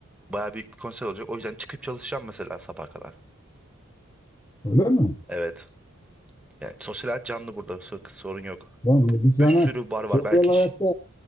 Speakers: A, in the centre; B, on the left.
A: Baya büyük bir konser olacak. O yüzden çıkıp çalışacağım mesela sabah kadar.
B: öyle mi?
A: Evet. Yani sosyal hayat canlı burada sor- sorun yok.
B: Tamam, biz sana
A: Bir sürü bar var
B: sosyal
A: belki. ş-
B: hayatta